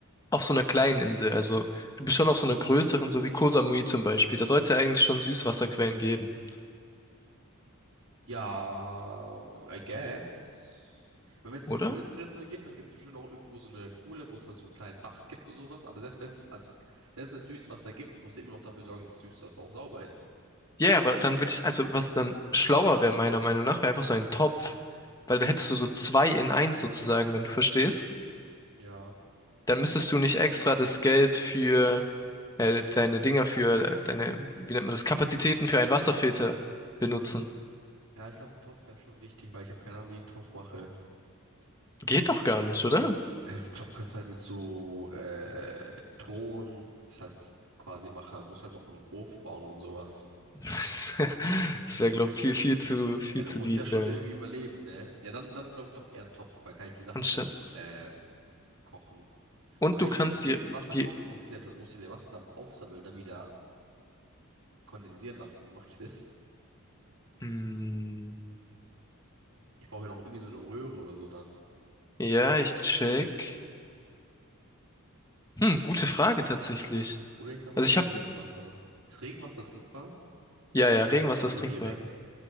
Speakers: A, on the left; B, on the right.
A: auf so einer kleinen Insel, also du bist schon auf so einer größeren, so wie Koh Samui zum Beispiel, da sollte es ja eigentlich schon Süßwasserquellen geben,
B: Ja, I guess. wenn es
A: oder?
B: eine größere Insel gibt, dann gibt es bestimmt auch irgendwo so eine Kuhle, wo es dann so einen kleinen Bach gibt oder sowas. Aber selbst wenn es, also selbst wenn es Süßwasser gibt, muss du immer noch dafür sorgen, dass das Süßwasser auch sauber ist.
A: Ja, ja, aber dann würde ich, also was dann schlauer wäre meiner Meinung nach, wäre einfach so ein Topf, weil dann hättest du so zwei in eins sozusagen, wenn du verstehst.
B: Ja.
A: Dann müsstest du nicht extra das Geld für äh, deine Dinger für deine, wie nennt man das, Kapazitäten für einen Wasserfilter benutzen.
B: Ja, ich glaube, ein Topf wäre schon wichtig, weil ich habe keine Ahnung, wie ich einen Topf mache.
A: Geht doch gar nicht, oder?
B: Äh, Ich glaube, kannst halt mit so äh, Ton das halt quasi machen. Muss halt noch einen Ofen bauen und sowas.
A: <laughs> Das wäre, glaube ich, viel, viel zu, viel
B: Ja, du
A: zu
B: musst
A: deep.
B: ja schon
A: Äh.
B: irgendwie überleben, ne? Ja, dann, dann glaube ich doch eher einen Topf, weil kann ich die Sachen
A: Anstatt.
B: direkt äh, kochen.
A: Und
B: Aber
A: du
B: wenn ich,
A: kannst
B: wenn
A: dir
B: ich das Wasser
A: die.
B: koche, muss ich ja, muss ich ja den Wasserdampf aufsammeln, dann wieder kondensieren lassen. Wie mache ich das?
A: Hm,
B: Ich brauche ja noch irgendwie so eine Röhre oder so dann.
A: ja, ich check. Hm, gute Frage tatsächlich.
B: Oder ich sage
A: Also
B: mal einfach
A: ich habe.
B: Regenwasser. Ist Regenwasser trinkbar?
A: Ja, ja, Regenwasser
B: Also
A: ist trinkbar.
B: direkt?